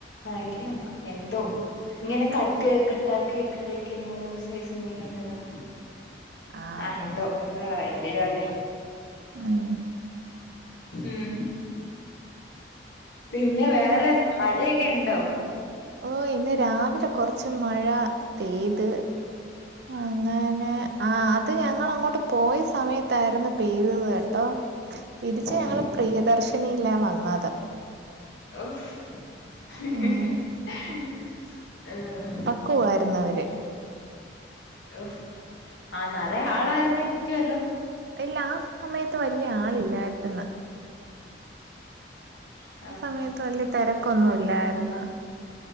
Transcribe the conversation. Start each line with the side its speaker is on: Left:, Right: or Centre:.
Left: അയ്ലയെന്നാ എന്തോ ഇങ്ങനെ കട്ട് കട്ടാക്കി കഴിക്കുന്നെരു സെയ്സ് മീനുണ്ടല്ലോ
Right: ആ
Left: ആഹ് എന്തോ എന്തോ ആഹ് എന്തേലു ആവട്ടേ
Right: ഉം
Left: ഉം പിന്നെ വേറെ മഴയെക്കെ ഇണ്ടോ?
Right: ഓഹ് ഇന്ന് രാവിലെ കൊറ്ച്ച് മഴ പെയ്ത് അങ്ങനെ ആഹ് അത് ഞങ്ങളങ്ങോട്ട് പോയ സമയത്ത് ന്നായിര്ന്ന് പെയ്തെത് കേട്ടോ തിരിച്ച്
Left: ഉം
Right: ഞങ്ങള് പ്രിയദർശിനിലാ വന്നത്
Left: ഓഹ്
Right: ഉം പോവായിരുന്നവര്
Left: ഓഫ് ആഹ് നറയെ ആളായിര്ന്നായിരിക്കുവല്ലോ
Right: ഇല്ല ആ സമയത്ത് വല്യ ആളില്ലായിട്ട്ന്ന്
Left: ഉ
Right: ആ സമയത്ത് വല്യ തെരക്കൊന്നുല്ലായിര്ന്ന്